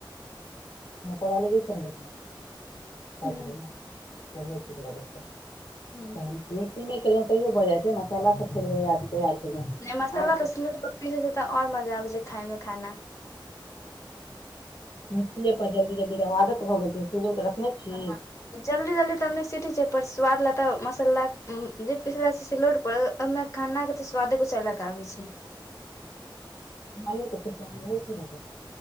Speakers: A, on the left; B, on the left.
A: करऽ लगै छै ने
B: हूँ
A: से नै ठीक लागे छै
B: हूँ
A: मिटिंगे केलहुँ तैयो भऽ जाइ छै ने <unintelligible> काला सब फेर केलहुँ
B: नहि मसाला
A: आम के
B: तऽ सिलौट पर पीसे छै तऽ और मजा आबैत छै खाय में खाना
A: मिक्सीए पर जल्दी जल्दी आदत भऽ गेल छै सिलौट रखने छी
B: हँ जल्दी जल्दी तऽ मिक्सिटी छै पर स्वाद लए तऽ मसाला जे पिसल छै सिलोड पड़ ओहिमे खाना के तऽ स्वादे कुछ अलग आबैछै
A: हो तऽ कह ल छै ने त